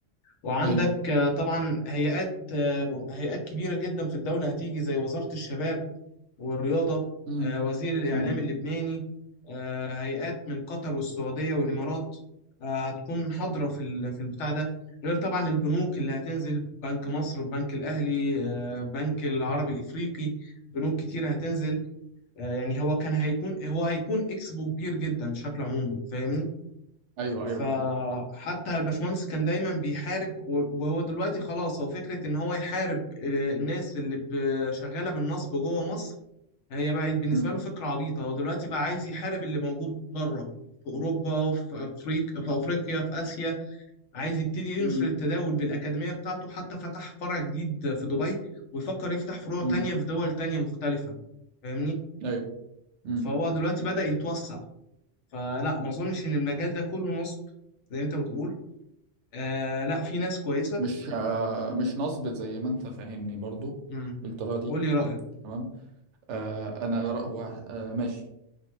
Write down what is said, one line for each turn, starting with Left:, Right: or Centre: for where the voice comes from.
Left: وعندك
Right: ايوه
Left: آه طبعا هيئات آه هيئات كبيرة جدا في الدولة هتيجي زي وزارة الشباب والرياضة
Right: امم
Left: آه، وزير الإعلام
Right: امم
Left: اللبناني آه، هيئات من قطر والسعودية والإمارات آه، هتكون حاضرة في ال- في البتاع ده غير طبعا البنوك اللي هتنزل بنك مصر البنك الأهلي آه، بنك العربي الإفريقي بنوك كتير هتنزل آه، يعني هو كان هيكون هو هيكون إكسبو كبير جدا بشكل عمومي فاهمني
Right: ايوه
Left: فحتى
Right: ايوه فاهم
Left: الباشمهندس كان دايما بيحارب و- وهو دلوقتي خلاص هو فكرة إن هو يحارب آه، الناس اللي ب- شغالة بالنصب جوه مصر هي بقت بالنسبة
Right: امم
Left: له فكرة عبيطة هو دلوقتي بقى عايز يحارب اللي موجود بره في أوروبا في أفريقيا في أفريقيا في آسيا عايز يبتدي ينشر
Right: امم
Left: التداول بالأكاديمية بتاعته حتى فتح فرع جديد في دبي ويفكر يفتح فروع
Right: امم
Left: تانية في دول تانية مختلفة فاهمني
Right: ايوه امم
Left: فهو دلوقتي بدأ يتوسع فلا ما أظنش إن المجال ده كله نصب زي ما أنت بتقول آه لا في ناس كويسة
Right: مش آه مش نصب زي ما انت فاهمني برضو
Left: امم
Right: بالطريقه دي
Left: قول لي رأيك
Right: تمام آه انا رأ- هو آه ماشي